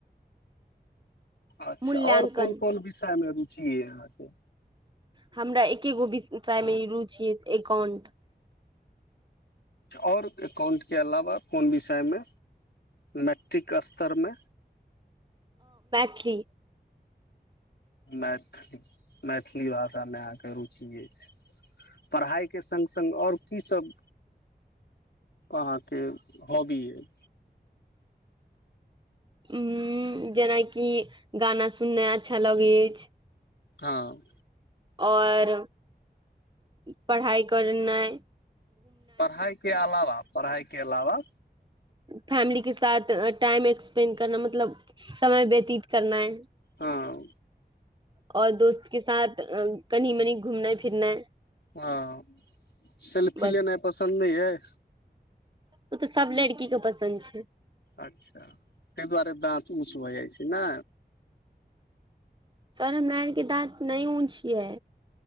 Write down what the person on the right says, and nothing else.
मूल्यांकन
हमरा एक्के गो विषय मे रुचि ऐ एकाउंट
की
उं जेना कि गाना सुननाइ अच्छा लगै अछि
आओर पढ़ाइ पढ़नाइ
फैमिली के साथ टाइम एक्सपेंड करना मतलब समय व्यतीत करनाई
और दोस्त के साथ कनी मनी घुमनाइ फिरनाइ
बस
ओ तऽ सब लड़की के पसन्द छैइ
सर हमरा आर के दांत नै ऊँच छियै